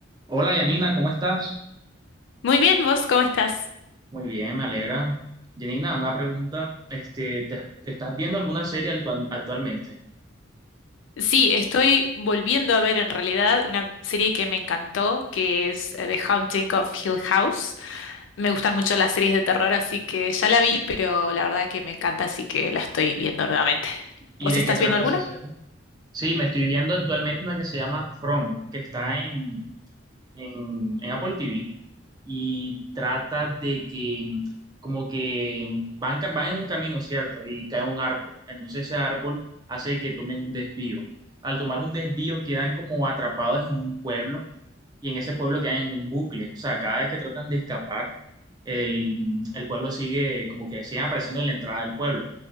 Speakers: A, on the right; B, on the left.
A: Hola Yanina, ¿cómo estás?
B: Muy bien, ¿vos cómo estás?
A: Muy bien, me alegra. Yanina, una pregunta. Este, ¿te, te estás viendo alguna serie actua- actualmente?
B: Sí, estoy volviendo a ver en realidad una serie que me encantó, que es eh, The Haunting of Hill House. Me gustan mucho las series de terror, así que ya la vi, pero la verdad que me encanta, así que la estoy viendo nuevamente.
A: ¿Y
B: ¿Vos
A: de
B: estás
A: qué trata
B: viendo alguna?
A: esa serie? Sí, me estoy viendo actualmente una que se llama From, que está en, en, en Apple TV y trata de que mm, como que van, ca- van en un camino, ¿cierto? Y cae un árbol. Entonces ese árbol hace que tomen un desvío. Al tomar un desvío quedan como atrapados en un pueblo y en ese pueblo quedan en un bucle. O sea, cada vez que tratan de escapar, el, mm, el pueblo sigue como que siguen apareciendo en la entrada del pueblo.